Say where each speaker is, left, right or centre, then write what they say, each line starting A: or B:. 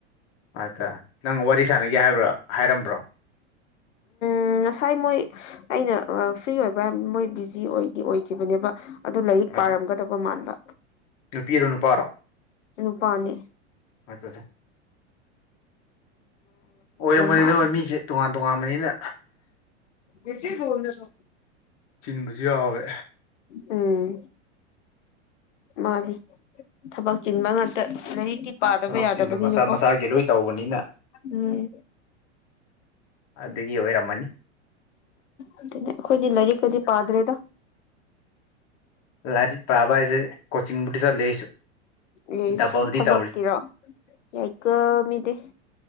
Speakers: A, on the left; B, on the left.
A: ꯑꯠꯆꯥ ꯅꯪ ꯋꯥꯔꯤ ꯁꯥꯟꯅꯒꯦ ꯍꯥꯏꯕ꯭ꯔꯣ ꯍꯥꯏꯔꯝꯕ꯭ꯔꯣ
B: ꯎꯝ ꯉꯁꯥꯏ ꯃꯣꯏ ꯑꯩꯅ ꯑ ꯐ꯭ꯔꯤ ꯑꯣꯏꯕ꯭ꯔꯥ ꯃꯣꯏ ꯕꯤꯖꯤ ꯑꯣꯏꯗꯤ ꯑꯣꯏꯈꯤꯕꯅꯦꯕ ꯑꯗꯨ ꯂꯥꯏꯔꯤꯛ
A: ꯑꯠꯆꯥ
B: ꯄꯥꯔꯝꯒꯗꯕ ꯃꯥꯟꯕ
A: ꯅꯨꯄꯤꯔꯣ ꯅꯨꯄꯥꯔꯣ
B: ꯅꯨꯄꯥꯥꯅꯦ
A: ꯑꯠꯆꯥ ꯑꯠꯆꯥ ꯑꯣꯏꯔꯝꯃꯣꯏ
B: ꯃꯥꯜꯂꯦ
A: ꯑꯗꯣ ꯃꯤꯁꯦ ꯇꯣꯉꯥꯟ ꯇꯣꯉꯥꯟꯕꯅꯤꯅ
B: ꯕꯦꯇ꯭ꯔꯤ ꯐꯨꯜꯅ ꯇꯧ
A: ꯆꯤꯟꯕꯁꯨ ꯌꯥꯎꯔꯦ
B: ꯎꯝ ꯃꯥꯅꯤ ꯊꯕꯛ ꯆꯤꯟꯕ ꯉꯥꯛꯇ ꯂꯥꯏꯔꯤꯛꯇꯤ ꯄꯥꯗꯕ
A: ꯊꯕꯛ
B: ꯌꯥꯗꯕꯅꯤꯅꯀꯣ
A: ꯆꯤꯟꯕ ꯃꯁꯥ ꯃꯁꯥꯒꯤ ꯂꯣꯏ ꯇꯧꯕꯅꯤꯅ
B: ꯎꯝ
A: ꯑꯗꯨꯒꯤ ꯑꯣꯏꯔꯝꯃꯅꯤ
B: ꯑꯗꯨꯅꯦ ꯑꯩꯈꯣꯏꯗꯤ ꯂꯥꯏꯔꯤꯛꯀꯗꯤ ꯄꯥꯗ꯭ꯔꯦꯗ
A: ꯂꯥꯢꯔꯤꯛ ꯄꯥꯕ ꯍꯥꯢꯁꯦ ꯀꯣꯆꯤꯡꯕꯨꯗꯤ ꯆꯠꯂꯦ ꯑꯩꯁꯨ
B: ꯑꯤꯁ
A: ꯗꯕꯜꯗꯤ
B: ꯊꯕꯛꯀꯤꯔꯣ
A: ꯇꯧꯔꯤ
B: ꯌꯥꯏꯀꯣ ꯃꯤꯗꯤ